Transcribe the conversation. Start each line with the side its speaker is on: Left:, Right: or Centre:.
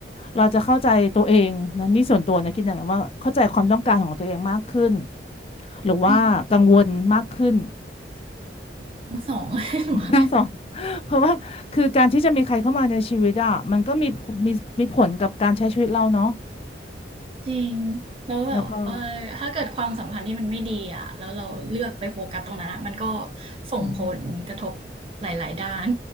Left: เราจะเข้าใจตัวเองนะนี่ส่วนตัวนะคิดอย่างนั้นว่าเข้าใจความต้องการของตัวเองมากขึ้นหรือว่ากังวลมากขึ้น
Right: อืมทั้งสอง <laughs>
Left: ทั้งสอง <laughs> เพราะว่าคือการที่จะมีใครเข้ามาในชีวิตอ่ะมันก็มีผลมีมีผลกับการใช้ชีวิตเราเนาะ
Right: จริงแล้วแบบเออถ้าเกิดความสัมพันธ์ที่มันไม่ดีอ่ะแล้วเราเลือกไปโฟกัสตรงนั้นอะมันก็
Left: แล้วก็
Right: ส่งผลกระทบหลายๆด้าน
Left: อืม